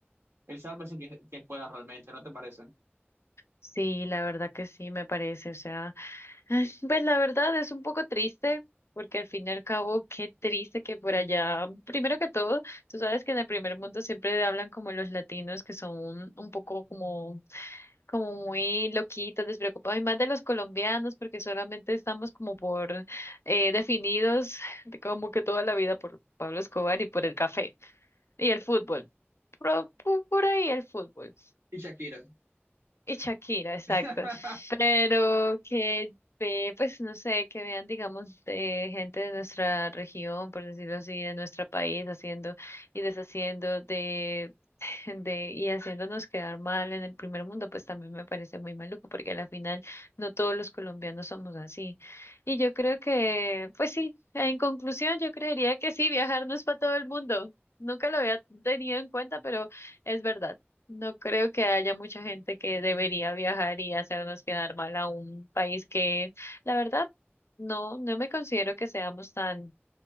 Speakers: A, on the right (about 75°); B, on the left (about 85°).
A: el sálvese quien, quien pueda realmente, ¿no te parece?
B: Sí, la verdad que sí, me parece. O sea. Ay, Pues la verdad es un poco triste, porque al fin y al cabo, qué triste que por allá, primero que todo, tú sabes que en el primer mundo siempre hablan como los latinos que son un poco como, como muy loquitos, despreocupados, y más de los colombianos, porque solamente estamos como por eh, definidos de como que toda la vida por Pablo Escobar y por el café y el fútbol. Por, por ahí el fútbol.
A: Y Shakira.
B: Y Shakira, exacto.
A: <laughs>
B: Pero que, ve, pues no sé, que vean, digamos, de gente de nuestra región, por decirlo así, de nuestro país, haciendo y deshaciendo de, <laughs> de, y haciéndonos quedar mal en el primer mundo, pues también me parece muy maluco, porque a la final no todos los colombianos somos así. Y yo creo que, pues sí, en conclusión, yo creería que sí, viajar no es para todo el mundo. Nunca lo había tenido en cuenta, pero es verdad. No creo que haya mucha gente que debería viajar y hacernos quedar mal a un país que, la verdad, no, no me considero que seamos tan